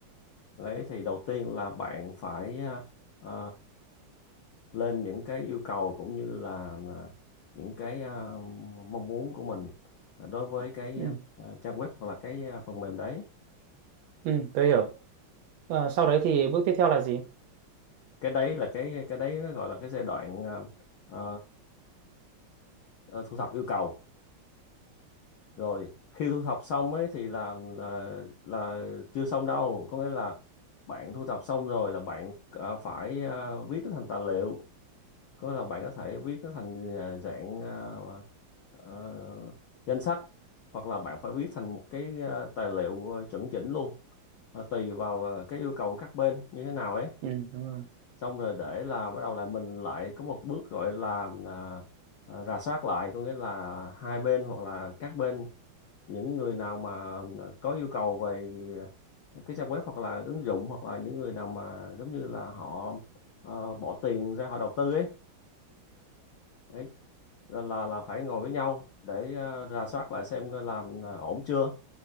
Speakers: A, on the left; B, on the right.
A: đấy thì đầu tiên là bạn phải à, à, lên những cái yêu cầu cũng như là là những cái à, mong muốn của mình đối với cái
B: Ừ,
A: à, trang web hoặc là cái à, phần mềm đấy
B: ừ, tớ hiểu. Ờ, sau đấy thì bước tiếp theo là gì?
A: cái đấy là cái cái đấy nó gọi là cái giai đoạn à, à, à, thu thập yêu cầu rồi khi thu thập xong ấy thì là là, là chưa xong đâu có nghĩa là bạn thu thập xong rồi là bạn à, phải à, viết nó thành tài liệu có nghĩa là bạn có thể viết nó thành à, dạng à, ờ, danh sách hoặc là bạn phải viết thành một cái à, tài liệu à, chuẩn chỉnh luôn Và tùy vào à, cái yêu cầu của các bên như thế nào ấy
B: Ừ, đúng rồi.
A: xong rồi để là bắt đầu là mình lại có một bước gọi là à, à, rà soát lại có nghĩa là hai bên hoặc là các bên những người nào mà có yêu cầu về cái trang web hoặc là ứng dụng hoặc là những người nào mà giống như là họ ờ, bỏ tiền ra họ đầu tư ấy đấy, là là phải ngồi với nhau để ờ, rà soát lại xem coi làm ờ, ổn chưa